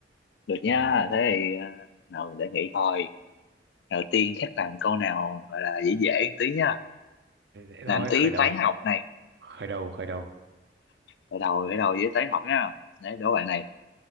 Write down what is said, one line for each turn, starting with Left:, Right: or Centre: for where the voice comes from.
Left: được nha
Right: Ừ,
Left: thế thì à, nào để nghĩ coi đầu tiên chắc làm câu nào gọi là dễ dễ một tí nha
Right: dễ dễ thôi
Left: làm tí
Right: khởi đầu
Left: toán học này
Right: khởi đầu khởi đầu
Left: ở đầu ở đầu với toán học nha đấy đố bạn này